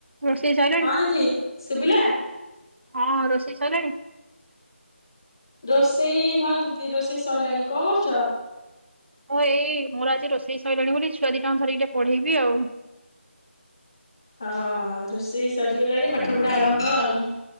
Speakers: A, on the right; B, on the left.
A: ରୋଷେଇ ସଇଲାଣି?
B: ହଁ ଦିଦି ଶୁଭିଲା?
A: ହଁ ରୋଷେଇ ସଇଲାଣି।
B: ରୋଷେଇ ହଁ ଦିଦି ରୋଷେଇ ସରିଲାଣି କଣ କରୁଛ?
A: ମୁଁ ଏଇ ମୋର ଆଜି ରୋଷେଇ ସରିଲଣି ବୋଲି ଛୁଆ ଦି ଟା ଧରିକି ଟିକେ ପଢେଇବି ଆଉ।
B: ହଁ ରୋଷେଇ ସରିଗଲାଣି ପାଠ ପଢା ଆରମ୍ଭ ଆଉ।